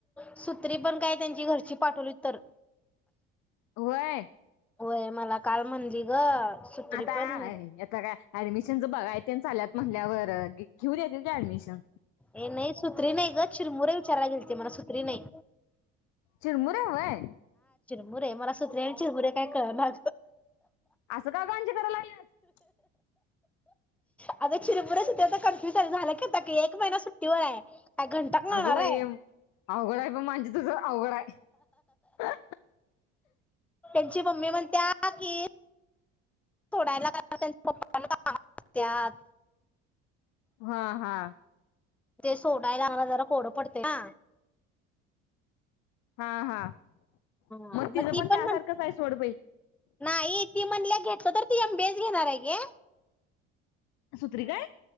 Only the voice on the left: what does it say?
व्हय
आता
आता काय ऍडमिशन बघाय चालल्यात म्हणल्यावर घेऊन येतील की ऍडमिशन
चिरमुर वय
असं का अंजे करायला लागलीयास
अग बाई
अवघड आहे ती तुझ अवघड आहे
हा हा
हा हा
तिचं
त्यासारखंच
आहे सोड बाई
सुत्रि काय